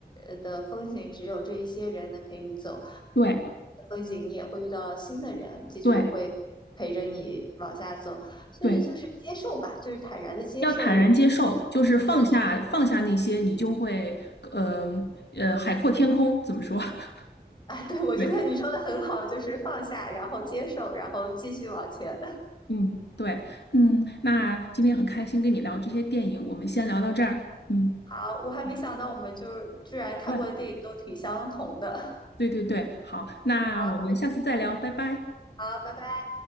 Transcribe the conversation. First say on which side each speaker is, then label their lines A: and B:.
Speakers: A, on the left (about 25°); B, on the left (about 80°).
A: 呃的风景，只有这一些人能陪你走，
B: 对
A: 风景你也会遇到新的人，继续会陪着你往下走。
B: 对
A: 所以就是接受吧，
B: 对，
A: 就是坦然的接受。
B: 要坦然接受，
A: 我
B: 就是放下放下那些，
A: 对，
B: 你就会呃呃海阔天空，怎么说？<laughs>
A: <laughs> 啊，对，我觉得你说的很好，
B: 对。
A: 就是放下，然后接受，然后继续往前。<laughs>
B: 嗯，对，嗯，那今天很开心跟你聊这些电影，我们先聊到这儿。嗯，
A: 好，我还没想到我们就是居然看过的电影都挺相同的。
B: 好，问对对对，好，那我们下次再聊，
A: 好
B: 拜拜。
A: 好，拜拜。